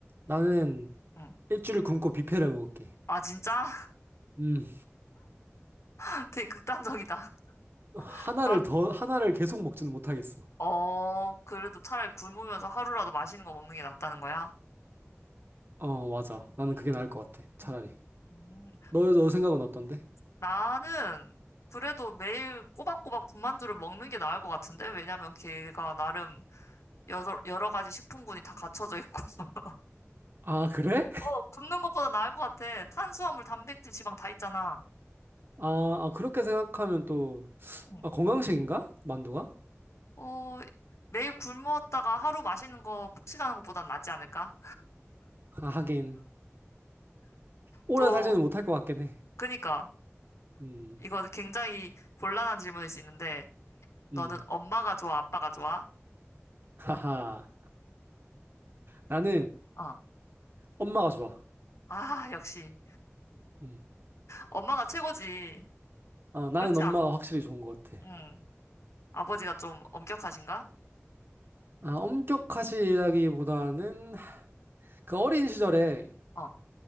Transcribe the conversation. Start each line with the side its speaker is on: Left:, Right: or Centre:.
Right: 나는
Left: 응.
Right: 일주일 굶고 뷔페를 먹을게.
Left: 아, 진짜?
Right: 음,
Left: <laughs> 되게 극단적이다.
Right: 어, 하나를
Left: 난,
Right: 더, 하나를 계속 먹지는 못하겠어.
Left: 어, 그래도 차라리 굶으면서 하루라도 맛있는 거 먹는 게 낫다는 거야?
Right: 어, 맞아. 나는
Left: 음,
Right: 그게 나을 것 같아. 차라리.
Left: 음. 음.
Right: 너, 너 생각은 어떤데?
Left: 나는 그래도 매일 꼬박꼬박 군만두를 먹는 게 나을 것 같은데? 왜냐면 걔가 나름 여러, 여러 가지 식품군이 다 갖춰져 있고. <laughs>
Right: 아, 그래? <laughs>
Left: 어, 굶는 것보다 나을 것 같아. 탄수화물, 단백질, 지방 다 있잖아.
Right: 아, 아, 그렇게 생각하면 또,
Left: 응.
Right: 아, 건강식인가? 만두가?
Left: 어, 매일 굶었다가 하루 마시는 거 폭식하는 것보단 낫지 않을까?
Right: 아, 하긴. 오래
Left: 또,
Right: 살지는 못할 것 같긴 해.
Left: 그니까,
Right: 음,
Left: 이거 굉장히 곤란한 질문일 수 있는데, 너는
Right: 음.
Left: 엄마가 좋아, 아빠가 좋아?
Right: 하하. 나는
Left: 어.
Right: 엄마가 좋아.
Left: 아, 역시.
Right: 음.
Left: 엄마가 최고지.
Right: 어, 나는
Left: 그렇지
Right: 엄마가
Left: 않아?
Right: 확실히 좋은 것 같아.
Left: 응. 아버지가 좀 엄격하신가?
Right: 아, 엄격하시다기보다는 그 어린 시절에
Left: 응. 어,